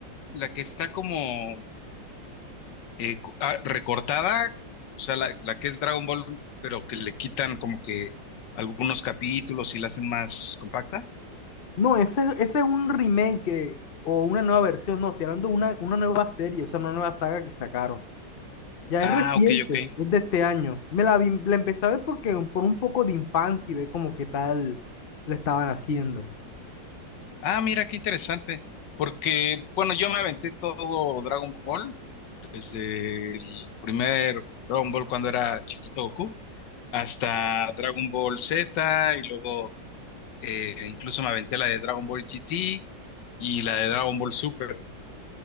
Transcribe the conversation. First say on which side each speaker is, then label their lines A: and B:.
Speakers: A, on the left; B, on the left.
A: la que está como eh, cu- ah, recortada? O sea, la, la que es Dragon Ball, pero que le quitan como que algunos capítulos y la hacen más compacta.
B: No, ese, ese es un remake que- o una nueva versión, no, estoy hablando de una, una nueva serie, o sea, una nueva saga que sacaron. Ya
A: Ah,
B: es reciente,
A: ok, ok.
B: es de este año. Me la vi- la empecé a ver porque un- por un poco de infancia y ve como qué tal le estaban haciendo.
A: Ah, mira, qué interesante. Porque, bueno, yo me aventé todo Dragon Ball desde el primer Dragon Ball cuando era chiquito Goku, hasta Dragon Ball Z y luego eh, incluso me aventé la de Dragon Ball GT y la de Dragon Ball Super.